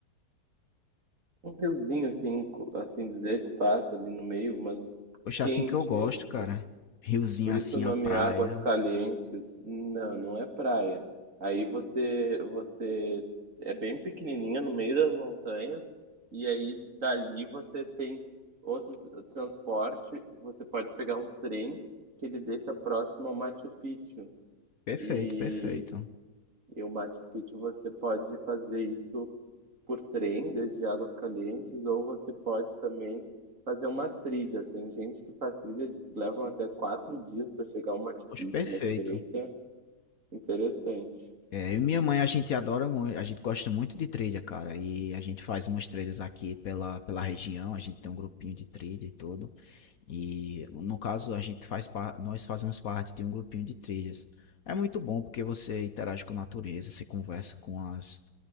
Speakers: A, on the right; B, on the left.
A: um riozinho, assim, co- assim dizer, que passa ali no meio, mas
B: Poxa,
A: quente.
B: é assim que eu gosto,
A: Eles,
B: cara. Riozinho
A: por
B: assim,
A: isso o nome
B: a praia.
A: Águas Calientes. Não, não é praia. Aí você, você é bem pequenininha no meio das montanhas, e aí dali você tem outro t- transporte, você pode pegar um trem que ele deixa próximo ao Machu Picchu.
B: Perfeito,
A: E,
B: perfeito.
A: e o Machu Picchu você pode fazer isso por trem, desde Águas Calientes, ou você pode também fazer uma trilha. Tem gente que faz trilha, de- levam até quatro dias para chegar ao Machu
B: Poxa,
A: Picchu,
B: perfeito.
A: uma experiência interessante.
B: É, eu e minha mãe, a gente adora muito, a gente gosta muito de trilha, cara. E a gente faz umas trilhas aqui pela, pela região, a gente tem um grupinho de trilha e tudo. E no caso, a gente faz par... nós fazemos parte de um grupinho de trilhas. É muito bom porque você interage com a natureza, você conversa com as,